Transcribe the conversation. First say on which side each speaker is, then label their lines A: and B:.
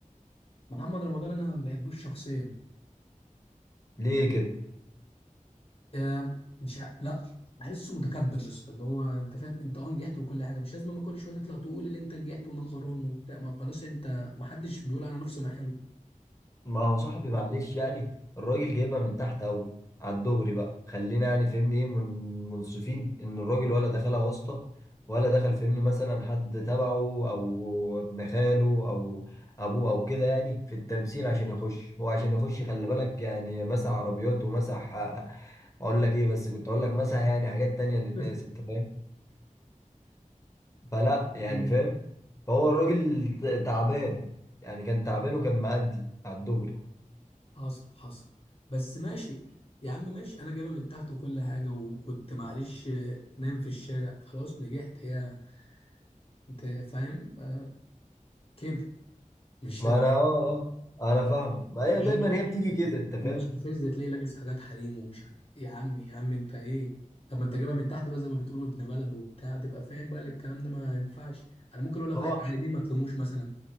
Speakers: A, on the left (about 45°); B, on the left (about 25°).
A: محمد رمضان أنا ما بحبوش شخصيا
B: ليه كده
A: آه، مش ع- لا بحسه متكبر يا اسطى اللي هو انت فاهم انت اه نجحت وكل حاجه مش لازم اما كل شويه تطلع تقول اللي انت نجحت ونمبر 1 وبتاع ما خلاص انت ما حدش بيقول على نفسه انا حلو
B: ما هو صاحبي معلش يعني الراجل جايبها من تحت قوي على الدغري بقى خلينا يعني فهمني ايه من منصفين ان الراجل ولا دخلها واسطة ولا دخل فهمني مثلا حد تبعه او ابن خاله او ابوه او كده يعني في التمثيل عشان يخش هو عشان يخش خلي بالك يعني مسح عربيات ومسح آه، اقول لك ايه بس كنت اقول لك مسح يعني حاجات تانية للناس
A: <laughs>
B: انت فاهم فلا يعني
A: مم.
B: فاهم فهو الراجل ت- تعبان يعني كان تعبان وكان مأدي على الدغري
A: حصل حصل بس ماشي يا عم ماشي انا جايبها من تحت وكل حاجه وكنت معلش آه، نايم في الشارع خلاص نجحت يا انت فاهم آه، كده مش
B: ما انا اه اه انا فاهمك ما هي
A: لازم
B: دايما هي بتيجي كده انت فاهم
A: ومستفز تلاقيه لابس حاجات حريم ومش عارف- يا عم يا عم انت ايه طب ما انت جايبها من تحت بقى زي ما بتقولوا ابن بلد وبتاع تبقى فاهم بقى إن الكلام ده ما ينفعش انا ممكن اقول لك
B: هو
A: واحد زي مين ما تلوموش مثلا